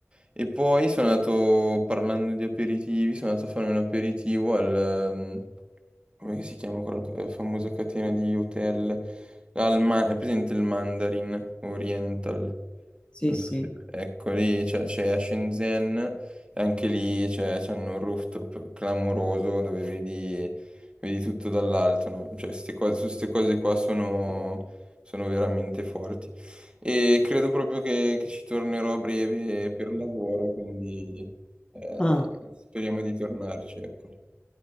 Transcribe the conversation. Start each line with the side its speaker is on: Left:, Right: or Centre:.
Right: E poi sono andato, parlando di aperitivi, sono andato a fare un aperitivo al... mhmm, come si chiama quella eh, famosa catena di hotel? Al Ma- è presente il Mandarin Oriental?
Left: sì,
Right: Non
Left: sì.
Right: so se- Ecco, lì c'è c'è a Shenzhen, e anche lì c'è c'è un rooftop clamoroso dove vedi, vedi tutto dall'alto, no? Cioè, queste cose, su queste cose qua sono, sono veramente forti. E credo proprio che, che ci tornerò a breve per lavoro, quindi eh,
Left: Ah,
Right: speriamo di tornarci, ecco.